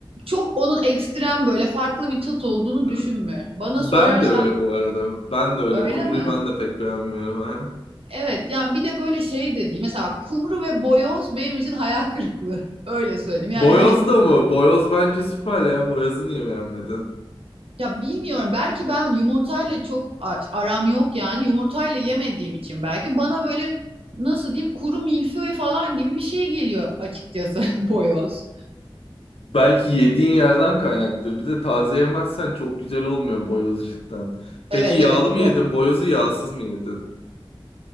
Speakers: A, on the right (about 80°); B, on the left (about 85°).
A: çok onun ekstrem böyle farklı bir tat olduğunu
B: Hı.
A: düşünmüyorum. Bana
B: Ben
A: sorarsan
B: de öyle bu arada. Ben de öyle.
A: öyle
B: Kumruyu
A: mi?
B: ben de pek beğenmiyorum. ha.
A: Evet, yani bir de böyle şey de değil. Mesela bak, kumru ve boyoz benim için hayal kırıklığı. <laughs> Öyle söyleyeyim. Yani
B: Boyoz
A: hani
B: da mı? Boyoz bence süper ya. Boyoz'u niye beğenmedin?
A: Ya bilmiyorum belki ben yumurtayla çok a- aram yok yani yumurtayla yemediğim için belki bana böyle nasıl diyeyim kuru milföy falan gibi bir şey geliyor açıkçası <laughs> boyoz.
B: Belki yediğin yerden kaynaktır. Bir de taze yemezsen çok güzel olmuyor boyoz cidden. Peki
A: Evet
B: yağlı
A: evet
B: mı
A: yok
B: yedin? Boyozu yağsız mı yedin?